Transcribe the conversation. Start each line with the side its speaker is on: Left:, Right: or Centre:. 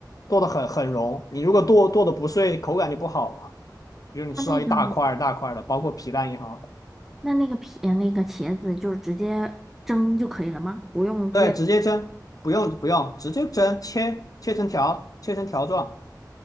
Left: 剁得很很融。你如果剁剁的不碎，口感就不好嘛。比如你吃到一大块儿大块儿的，
Centre: 那那个
Left: 包括皮蛋也好，
Centre: 那那个皮呃那个茄子就是直接蒸就可以了吗？不用煎？
Left: 对，直接蒸，不用不用，直接蒸，切切成条，切成条状。